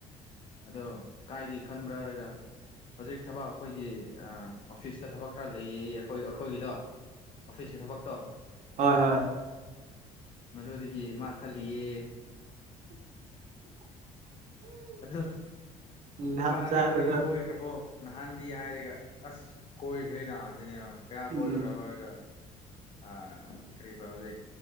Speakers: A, on the left; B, on the right.
A: ꯑꯗꯣ ꯀꯥꯏꯗꯩ ꯈꯟꯕ꯭ꯔꯥ ꯍꯥꯏꯔꯒ ꯍꯧꯖꯤꯛ ꯊꯕꯛ ꯑꯩꯈꯣꯏꯒꯤ ꯑ ꯑꯣꯐꯤꯁꯇ ꯊꯕꯛ ꯈꯔ ꯂꯩꯌꯦ ꯑꯩꯈꯣꯏ ꯑꯩꯈꯣꯏꯒꯤꯗꯣ ꯑꯣꯐꯤꯁꯀꯤ ꯊꯕꯛꯇꯣ
B: ꯍꯣꯏ ꯍꯣꯏ
A: ꯃꯗꯨꯗꯒꯤ ꯃꯥ ꯈꯜꯂꯤꯌꯦ ꯑꯗꯨꯗ
B: ꯎꯝ
A: ꯅꯨꯄꯥꯗꯤ
B: ꯍꯥꯞ ꯆꯥꯗꯕ
A: ꯀꯣꯏꯗꯤ ꯀꯣꯏꯈ꯭ꯔꯕꯣ ꯅꯍꯥꯟꯗꯤ ꯍꯥꯏꯔꯒ ꯑꯁ ꯀꯣꯏꯈ꯭ꯔꯦꯅ ꯁꯤꯅꯦ ꯀꯌꯥ
B: ꯎꯝ
A: ꯀꯣꯏꯈ꯭ꯔꯕꯣ ꯍꯥꯏꯔꯒ ꯑ ꯀꯔꯤꯕ ꯍꯧꯖꯤꯛ